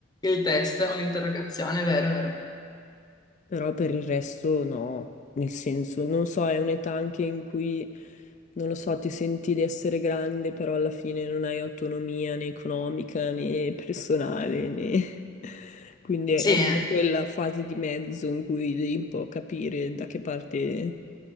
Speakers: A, on the left (about 20°); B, on the left (about 35°).
A: il test o l'interrogazione, è vero, è vero.
B: Però per il resto no, nel senso, non so, è un'età anche in cui, non lo so, ti senti di essere grande, però alla fine non hai autonomia né economica né personale, né... <laughs> Quindi è
A: Sì,
B: un
A: eh.
B: po' quella fase di mezzo in cui devi un po' capire da che parte